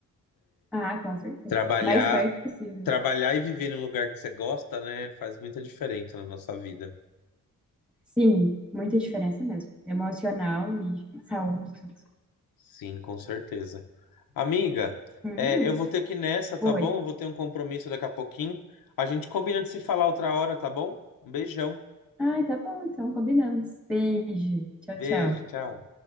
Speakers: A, in the centre; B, on the left (about 80°).
A: Ah, com certeza.
B: Trabalhar,
A: Mais perto possível.
B: trabalhar e viver num lugar que você gosta, né? Faz muita diferença na nossa vida.
A: Sim, muita diferença mesmo. Emocional e saúde, tudo.
B: Sim, com certeza. Amiga,
A: Hum,
B: é, eu vou ter que ir nessa, tá
A: oi.
B: bom? Eu vou ter um compromisso daqui a pouquinho. A gente combina de se falar outra hora, tá bom? Um beijão.
A: Ah, tá bom, então combinamos. Beijo. Tchau,
B: Beijo,
A: tchau.
B: tchau.